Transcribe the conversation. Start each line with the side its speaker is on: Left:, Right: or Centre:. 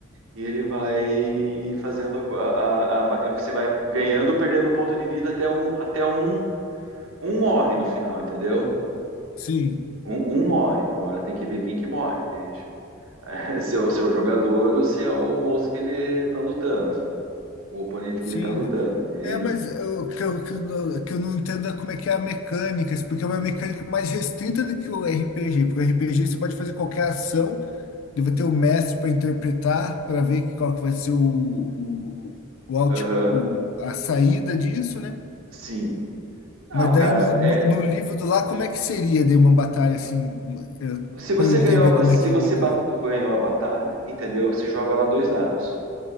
Right: E ele vai fazendo a, co- a- a- a- você vai ganhando ou perdendo ponto de vida até um até um um morre no final, entendeu?
Left: Sim,
Right: Um, um morre. Agora tem que ver quem que morre, entende? <laughs> se é o seu jogador ou se é o moço que ele tá lutando, o oponente
Left: sim.
Right: que ele tá lutando, entende?
Left: É, mas eu, que, eu, que, eu, não que eu não entendo é como é que é a mecânica, porque é uma mecânica mais restrita do que o RPG, porque o RPG você pode fazer qualquer ação Eu vou ter o mestre para interpretar, para ver que- qual que vai ser o, o, o, out-
Right: Aham,
Left: o- a saída disso, né?
Right: sim. Não,
Left: Mas daí
Right: cara,
Left: no, no,
Right: é.
Left: no livro do lá, como é que seria de uma batalha assim,
Right: Se você
Left: para eu entender
Right: ganhou a, ba-
Left: como
Right: se
Left: é que
Right: você
Left: é a mecânica?
Right: ba- ganhou a batalha, entendeu? Você joga lá dois dados,